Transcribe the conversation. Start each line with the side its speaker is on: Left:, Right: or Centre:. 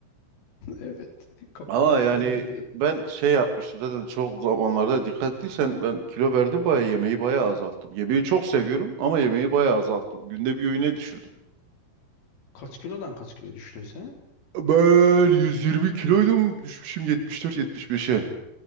Left: Evet. Kap
Right: Ama
Left: uçtu
Right: yani
Left: onun fiyatı.
Right: ben şey yapmıştım zaten çok zamanlarda dikkat ettiysen ben kilo verdim bayağı yemeği bayağı azalttım. Yemeği çok seviyorum ama yemeği bayağı azalttım. Günde bir öğüne düşürdüm.
Left: Kaç kilodan kaç kilo düştün sen?
Right: Ben 120 kiloydum düşmüşüm 74-75'e.